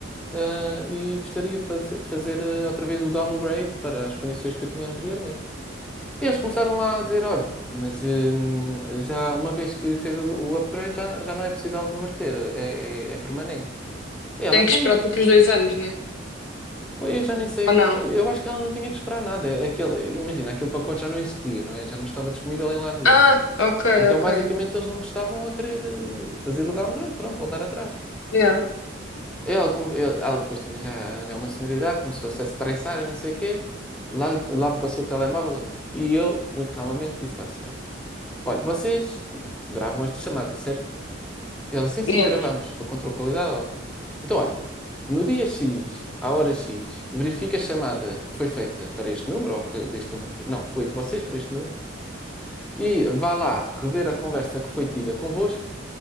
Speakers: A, in the centre; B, on the left (about 80°).
A: eh, e gostaria de faze- fazer eh, outra vez o downgrade para as condições que eu tinha anteriormente. Eles começaram lá a dizer, olha, mas hum, já uma vez que fez o, o upgrade já, já não é possível reverter, é, é, é permanente. E ela,
B: Tem
A: então,
B: que esperar
A: mas
B: tipo os dois anos, né?
A: pô, eu já nem sei
B: Ou
A: como.
B: não?
A: é, Eu acho que ela não tinha que esperar nada. É Aquele, imagina, aquele pacote já não existia, não é? Já não estava disponível em lado nenhum.
B: Ah, ok,
A: Então,
B: ok.
A: basicamente, eles não estavam a querer eh, fazer o downgrade, pronto, voltar atrás.
B: Yeah,
A: Ela, come- eu- ela depois também já, já é uma senhora de idade, começou-se a estressar e não sei o quê. Lá, lá me passou o telemóvel a mim. E eu, muito calmamente, disse para a senhora. Olha, vocês gravam estas chamadas, certo? Ela, sim, sim,
B: yeah.
A: gravamos, para controle de qualidade. blá, blá. Então, olha, no dia X, à hora X, verifica a chamada que foi feita para este número, ou que deste número, para- não, foi de vocês para este número, e vá lá rever a conversa que foi tida convosco,